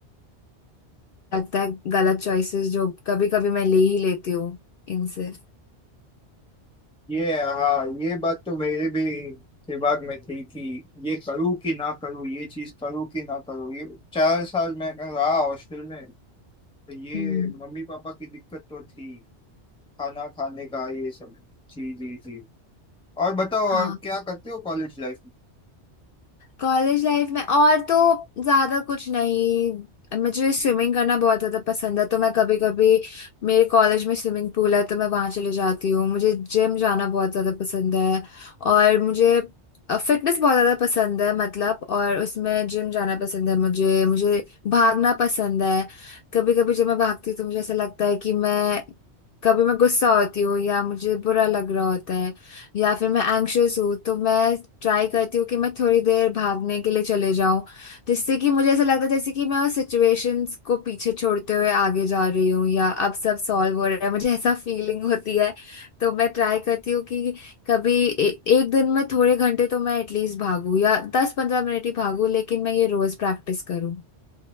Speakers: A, on the left; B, in the centre.
A: लगता है गलत चॉइसेस जो कभी कभी मैं ले ही लेती हूँ इनसे
B: ये हाँ ये बात तो मेरे भी दिमाग में थी कि ये करूँ कि ना करूँ ये चीज करूँ कि ना करूँ ये चार साल मैं रहा हॉस्टल में तो ये
A: हम्म
B: मम्मी पापा की दिक्कत तो थी खाना खाने का ये सब जी जी जी और बताओ
A: हाँ
B: और क्या करते हो कॉलेज लाइफ में
A: कॉलेज लाइफ में और तो ज्यादा कुछ नहीं मुझे स्विमिंग करना बहुत ज्यादा पसंद है तो मैं कभी कभी मेरे कॉलेज में स्विमिंग पूल है तो मैं वहां चले जाती हूँ मुझे जिम जाना बहुत ज्यादा पसंद है और मुझे फिटनेस बहुत ज्यादा पसंद है मतलब और उसमें जिम जाना पसंद है मुझे मुझे भागना पसंद है कभी कभी जब मैं भागती हूँ तो मुझे ऐसा लगता है कि मैं कभी मैं गुस्सा होती हूँ या मुझे बुरा लग रहा होता है या फिर मैं एंग्शियस हूँ तो मैं ट्राई करती हूँ कि मैं थोड़ी देर भागने के लिए चले जाऊं जिससे कि मुझे ऐसा लगता है जैसे कि मैं उस सिचुएशंस को पीछे छोड़ते हुए आगे जा रही हूँ या अब सब सॉल्व हो रहा है मुझे ऐसा फीलिंग होती है तो मैं ट्राई करती हूँ कि कभी ए, एक दिन में थोड़े घंटे तो मैं एटलीस्ट भागूं या दस पंद्रह मिनट ही भागूं लेकिन मैं ये रोज प्रैक्टिस करूँ